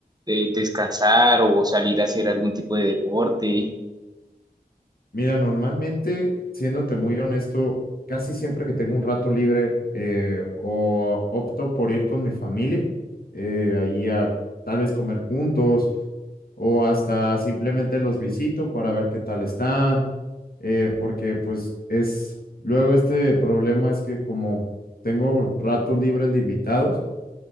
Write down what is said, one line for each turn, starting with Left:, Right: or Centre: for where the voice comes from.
Right: eh, descansar o salir a hacer algún tipo de deporte?
Left: Mira, normalmente, siéndote muy honesto, casi siempre que tengo un rato libre, eh, o opto por ir con mi familia, eh, ahí a tal vez comer juntos o hasta simplemente los visito para ver qué tal están eh, porque pues es, luego este problema es que como tengo ratos libres limitados,